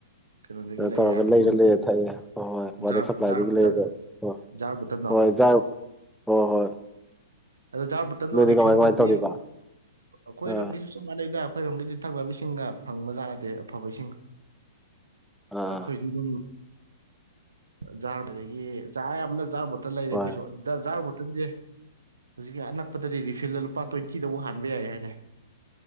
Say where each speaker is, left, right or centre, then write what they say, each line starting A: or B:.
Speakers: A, on the right; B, in the centre.
A: ꯀꯩꯅꯣꯗꯒꯤ
B: ꯑꯇꯧꯔꯒ
A: ꯂꯩꯔꯦ ꯑꯗꯨꯝ
B: ꯂꯩꯔ ꯂꯩꯔ ꯊꯥꯏ ꯍꯣꯏ ꯋꯥꯇꯔ
A: ꯖꯥꯔ
B: ꯁꯄ꯭ꯂꯥꯏꯗꯒꯤ
A: ꯖꯥꯔ ꯕꯣꯇꯜ
B: ꯂꯩꯔꯒ ꯑꯣ
A: ꯖꯥꯔ ꯕꯣꯇꯜꯗꯣ
B: ꯍꯣꯏ ꯍꯣꯏ ꯍꯣꯏ
A: ꯑꯗꯣ ꯖꯥꯥꯔ ꯕꯣꯇꯟꯗꯣ
B: ꯅꯣꯏꯗꯤ
A: ꯔꯤꯐꯤꯜ
B: ꯀꯃꯥꯏ ꯀꯃꯥꯏ
A: ꯇꯧꯕꯤ
B: ꯇꯧꯔꯤꯕ
A: ꯑꯩꯈꯣꯏꯔꯣꯝꯒꯤꯁꯨ
B: ꯑꯥ
A: ꯆꯞ ꯃꯥꯟꯅꯩꯗ ꯑꯩꯈꯣꯏꯔꯣꯝꯒꯤꯗꯤ ꯊꯛꯅꯕꯏꯁꯤꯡꯒ ꯐꯪꯕꯖꯥꯠ ꯅꯠꯇꯦ ꯑꯐꯕ ꯏꯁꯤꯡ
B: <unintelligible> ꯑꯥ
A: ꯑꯩꯈꯣꯏꯖꯨ ꯑꯗꯨꯝ ꯖꯥꯔꯗꯒꯤ ꯆꯥ ꯌꯥꯝꯅ ꯖꯥꯔ ꯕꯣꯇꯜ ꯂꯩꯔꯦ
B: ꯍꯣꯏ
A: ꯑꯩꯈꯣꯏꯁꯨ ꯖꯥꯔ ꯕꯣꯇꯜꯖꯦ ꯍꯧꯖꯤꯛꯀꯤ ꯑꯅꯛꯄꯗꯗꯤ ꯔꯤꯐꯤꯜꯗ ꯂꯨꯄꯥ ꯇ꯭ꯋꯦꯟꯇꯤꯗꯗꯕꯨ ꯍꯥꯟꯕ ꯌꯥꯏ ꯍꯥꯏꯅꯦ